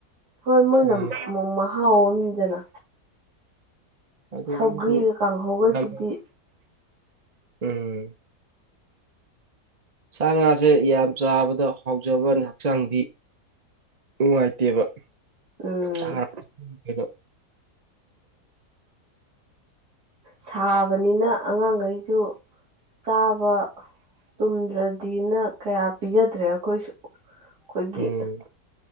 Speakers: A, on the right (about 75°); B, on the right (about 40°).
A: ꯍꯣꯏ ꯃꯣꯏꯅ
B: ꯃꯥꯅꯦ
A: ꯑꯃꯨꯛ ꯃꯍꯥꯎꯝꯗꯅ
B: ꯑꯗꯨ
A: ꯁꯧꯒ꯭ꯔꯤꯒ
B: ꯃꯣꯏꯁꯨ
A: ꯀꯥꯡꯍꯧꯒꯁꯤꯗꯤ
B: ꯌꯥꯝ ꯎꯝ ꯁꯥ ꯉꯥꯁꯦ ꯌꯥꯝ ꯆꯥꯕꯗ ꯍꯥꯎꯖꯕ ꯍꯛꯆꯥꯡꯗꯤ ꯅꯨꯡꯉꯥꯏꯇꯦꯕ
A: ꯎꯝ
B: ꯌꯥꯝ ꯁꯥꯔꯅꯨꯡꯥꯏꯕ
A: ꯁꯥꯕꯅꯤꯅ ꯑꯉꯥꯡꯈꯩꯁꯨ ꯆꯥꯕ ꯇꯨꯝꯗ꯭ꯔꯗꯤꯅ ꯀꯌꯥ ꯄꯤꯖꯗ꯭ꯔꯦ ꯑꯩꯈꯣꯏꯁꯨ ꯑꯩꯈꯣꯏꯒꯤ
B: ꯎꯝ